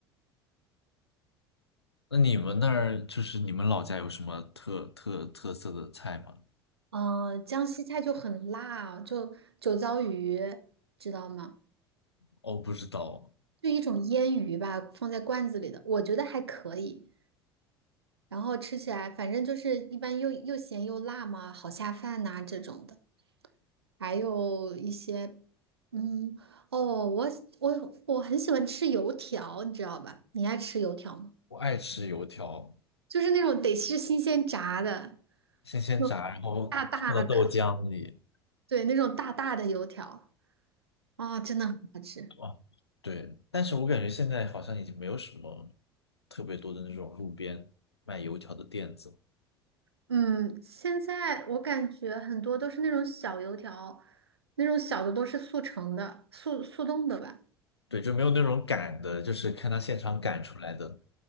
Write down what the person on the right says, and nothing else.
嗯、呃江西菜就很辣，就酒糟鱼，知道吗？
就一种腌鱼吧，放在罐子里的，我觉得还可以。然后吃起来反正就是一般又又咸又辣嘛，好下饭呐、这种的。还有一些，嗯，哦，我我我很喜欢吃油条，你知道吧？你爱吃油条吗？
就是那种得是新鲜炸的，
那种
大大的，对，那种大大的油条，哦，真的很好吃。
嗯，现在我感觉很多都是那种小油条，那种小的都是速成的、速速冻的吧。